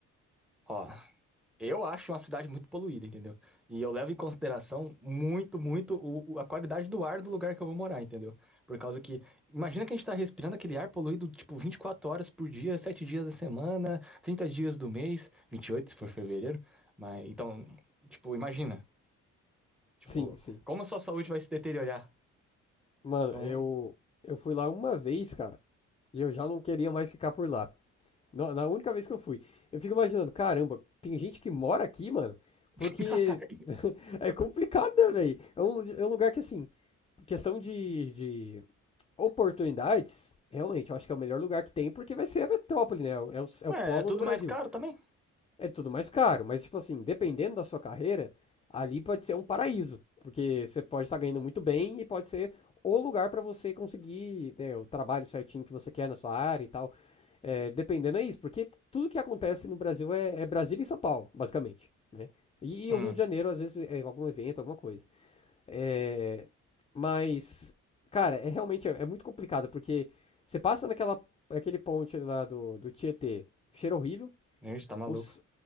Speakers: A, in the centre; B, on the left.
A: Ó, Eu acho uma cidade muito poluída, entendeu? E eu levo em consideração muito, muito o- o- a qualidade do ar do lugar que eu vou morar, entendeu? Por causa que, imagina que a gente tá respirando aquele ar poluído, tipo, 24 horas por dia, 7 dias da semana, 30 dias do mês, 28 se for fevereiro. Mas, então, tipo, imagina, tipo,
B: Sim, sim.
A: como a sua saúde vai se deteriorar?
B: Mano,
A: Então,
B: eu, eu fui lá uma vez, cara, e eu já não queria mais ficar por lá. Na, na única vez que eu fui. Eu fico imaginando, caramba, tem gente que mora aqui, mano, porque
A: <laughs>
B: <laughs> é complicado, né, velho? É um, é um lugar que, assim, questão de, de oportunidades, realmente, eu acho que é o melhor lugar que tem, porque vai ser a metrópole, né? É o, é
A: mas
B: o polo
A: é tudo
B: do Brasil
A: mais caro também.
B: é tudo mais caro, mas tipo assim, dependendo da sua carreira, ali pode ser um paraíso, porque você pode estar ganhando muito bem e pode ser o lugar para você conseguir, né, o trabalho certinho que você quer na sua área e tal. É, dependendo é isso, porque tudo que acontece no Brasil é, é Brasília e São Paulo, basicamente, né? E,
A: Hum,
B: e o Rio de Janeiro, às vezes, é algum evento, alguma coisa. É, mas, cara, é realmente é, é muito complicado, porque você passa naquela aquele ponte lá do, do Tietê, cheiro horrível.
A: gente, tá maluco.
B: Os